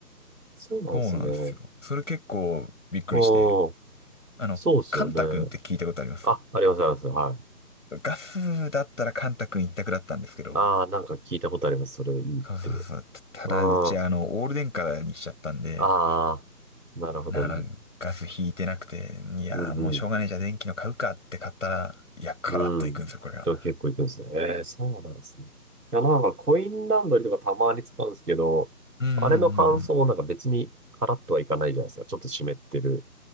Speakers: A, on the right; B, on the left.
A: そうなんですね。
B: そうなんですよ。それ結構びっくりして、
A: おー、
B: あの、
A: そうですよね。
B: カンタ君って聞いたことあります
A: あ、あります、あります。はい。
B: ガスだったらカンタ君一択だったんですけど、
A: ああ、なんか聞いたことあります。それいいって。
B: そうそうそう。たただ、
A: あ
B: うちあの、オール電化にしちゃったんで、
A: あ、ああ、なるほどね。
B: なら、ガス引いてなくて、いや、
A: うんうん
B: もうしょうがないじゃあ電気の買うかって買ったら、いや、カラッといくんですよ、
A: うん。
B: これが。
A: では結構行くんですね。えー、そうなんですね。いや、なんかコインランドリーとかたまに使うんですけど、
B: うんう
A: あれの乾燥もなんか別にカラッとはいかないじゃないですか。
B: ん
A: ちょっと湿ってる。